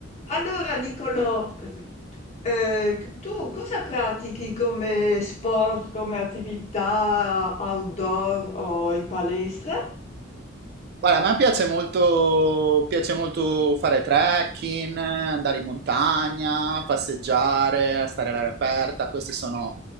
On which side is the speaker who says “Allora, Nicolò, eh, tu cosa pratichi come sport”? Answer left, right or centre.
Left